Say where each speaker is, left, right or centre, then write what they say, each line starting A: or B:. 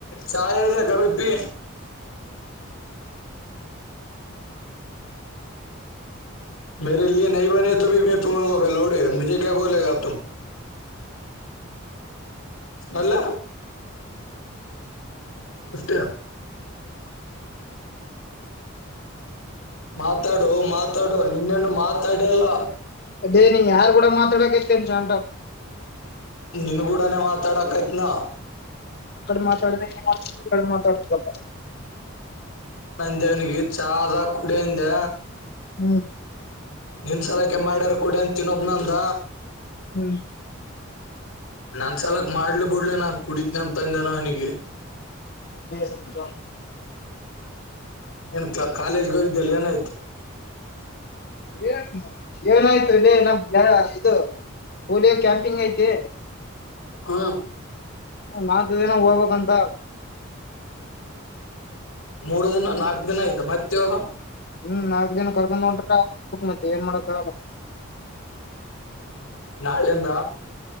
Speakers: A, on the left; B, on the left.
A: ಚಾಯದ ಕಮಪಿ ಮೇರೆ ಲ ನೀ ಬನೆ ತ ಭ ಮ ತಫನ್ಫೆಲೌಡೆೇ ಮುೆ ಕ ಬೋಲೆಗ ತು ಅಲ್ಲ ಷ್ಟ ಮಾತಾಡು ಮಾತಾಡು ನಿನ್ನೇನು ಮಾತಾಡಲ್ಲ
B: ಅದೇ ನೀ ಯಾರಾರ್ು ಕೂಡ ಮಾತಾಡಕ ಂಜಾಂಡ
A: ನಿನ್ಗೂಡನೆ ಮಾತಾಡಕ್ಯತ್ನಾ
B: ಅಕ್ಕಡೆ ಮಾತಾಡದೆತಡೆ ಮಾತಾಡ್ತದಪ್ಪ
A: ೇವನಿಗೆ ಚಾರಾ ಕುಡಿಯಿಂದೆ
B: ಹ್ಮ್
A: ನಿನ್ ಸಲಕೆ ಮಾಡ್ಯಾರ ಕುೂಡ ಅಂತಿನೊಬ್ನಂದ
B: ಹ್ಮ್
A: ನನ್ ಸಲಕ್ ಮಾಡ್ಲ ಬಿಡ್ಲೆ ನಾ ಕುಡಿತನ ಅಂತ ಅಂದನ ಅವನಿಗೆ
B: ಬಸಂತ
A: ಏನ್ ಕಾಲೇಜ್ಗೆ ಇದ್ದಲ್ಲ ಏನ ಆಯ್ತು
B: ಏ ಏನಾಯ್ತು ಇಲ್ಲಿ ನಮ್ಮ ಇದು ಪೋಲೋ ಕ್ಯಾಂಪಿಂಗ್ ಐತಿ
A: ಹಾ
B: ನಾಲ್ಕು ದಿನ ಹೋಗ್ಬೇಕಂತ
A: ಮೂರು ದಿನ ನಾಲ್ಕು ಅದಿನಯ್ತು ಮತ್ತೋೋಗ
B: ಹ್ಮ್ ನಾಲ್ಕ್ು ದಿನ ಕರ್ಕೊಂಡ್ ನೋಡ್ರಕ್ ಮತ್ತ ಏನ್ ಮಾಡಕ್
A: ನಲ್ಲಂದ